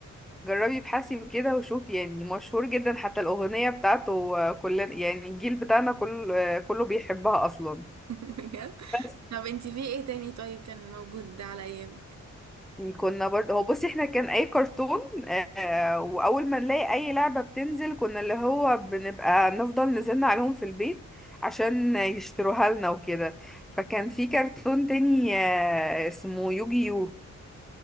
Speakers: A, in the centre; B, on the right.
A: جربي ابحثي وكده وشوفي يعني مشهور جدا حتى الأغنية بتاعته كلنا يعني الجيل بتاعنا كله كله بيحبها أصلا
B: <laughs> بجد
A: بس
B: طب انتي في ايه تاني طيب كان موجود على ايامك
A: كنا برضه هو بصي احنا كان أي كرتون آه، وأول ما نلاقي أي لعبة بتنزل كنا اللي هو بنبقى نفضل نزلنا عليهم في البيت عشان يشتروها لنا وكده فكان في كرتون تاني آه، اسمه يوجيو